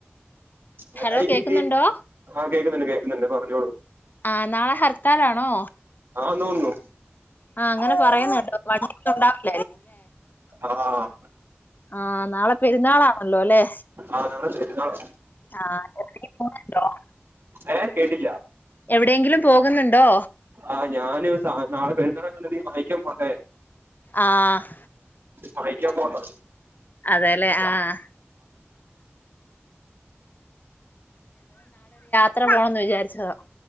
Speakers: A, on the right; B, on the left.
A: ചേട്ടായിക്ക
B: ഹലോ കേക്കുന്നുണ്ടോ
A: എന്തെ <unintelligible> കേക്കുന്നുണ്ട് കേക്കുന്നുണ്ട്‌ പറഞ്ഞോളൂ
B: ആഹ് നാള ഹർത്താലാണോ
A: ന്നുന്നു
B: ആഹ് അങ്ങനെ പറയുന്നൊണ്ട് <unintelligible>
A: ആഹ്
B: ആഹ് നാളെ പെരുന്നാളാണല്ലോ അല്ലേ
A: ആഹ് നാളെ പെരുന്നാളാ
B: ആഹ് <inaudible>
A: ഏഹ് കേട്ടില്ല
B: എവിടെയെങ്കിലും പോകുന്നുണ്ടോ
A: ആഹ് ഞാന് സാധ നാളെ പെരുന്നാളാ <unintelligible> എന്തേലും വാങ്ങി <unintelligible> പോണ്ടേ
B: ആഹ്
A: വാങ്ങിക്കാൻ പോന്ന
B: അതേല്ലേ ആഹ് എത്ര പോണന്ന് വിചാരിച്ചതാ